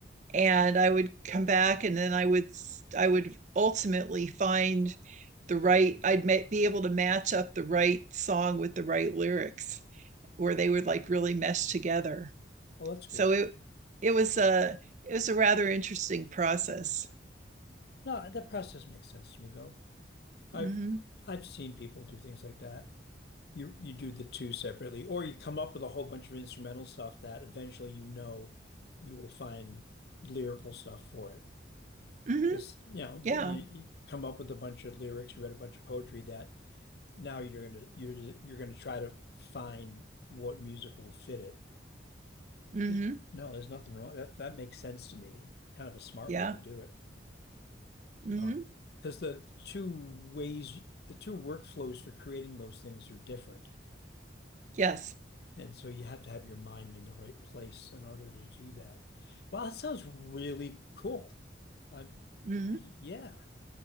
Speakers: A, on the right; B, on the left.
A: and i would come back and then i would i would ultimately find the right i'd be able to match up the right song with the right lyrics where they would like really mesh together.
B: Oh, that's
A: So
B: cool.
A: it it was a it was a rather interesting process.
B: No, that process makes sense to me though. I've
A: Mm-hmm.
B: I've seen people do things like that. you you do the two separately, or you come up with a whole bunch of instrumental stuff that eventually you know you will find lyrical stuff for it.
A: Mm-hmm.
B: Because you know
A: Yeah.
B: you, you come up with a bunch of lyrics, you read a bunch of poetry that now you're gonna you're you're gonna try to find what music will fit it.
A: Mm-hmm.
B: There's, no, there's nothing wrong. That that makes sense to me. Kind of a smart
A: Yeah.
B: way to do it.
A: Mm-hmm.
B: Um, because the two ways, the two workflows for creating those things are different.
A: Yes.
B: And so you have to have your mind in the right place in order to do that. Well, that sounds really cool. Um,
A: Mm-hmm.
B: yeah.